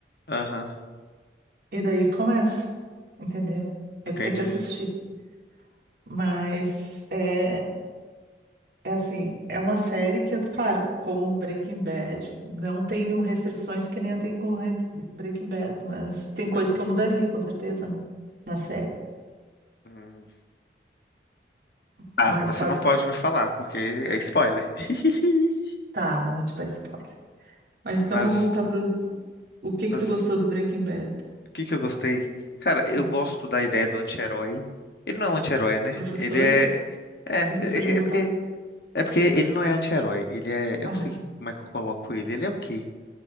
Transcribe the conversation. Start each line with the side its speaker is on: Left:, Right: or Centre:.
Left: Aham.
Right: E daí começa, entendeu? Aí
Left: Entendi.
Right: tu tem que assistir. Mas é, é assim, é uma série que, claro, como um Breaking Bad, não tenho restrições que nem eu tenho com Re- Breaking Bad, mas tem coisa
Left: Uhum.
Right: que eu mudaria, com certeza, né? Na série.
Left: Hum. Ah,
Right: Mas
Left: mas
Right: basic...
Left: você não pode me falar, porque é spoiler. <laughs>
Right: tá, não vou te dar spoiler. Mas então
Left: Mas,
Right: vou voltar pro o que que
Left: mas
Right: tu gostou
Left: o
Right: do Breaking Bad,
Left: que que eu gostei? Cara, eu
Right: né?
Left: gosto da ideia do anti-herói. Ele não é um anti-herói, né?
Right: Professor?
Left: Ele é. É,
Right: Professor
Left: é,
Right: revoltado.
Left: é porque, é porque ele não é anti-herói. Ele é. Eu
Right: Ah,
Left: não sei que- como é que eu coloco ele. Ele é o quê?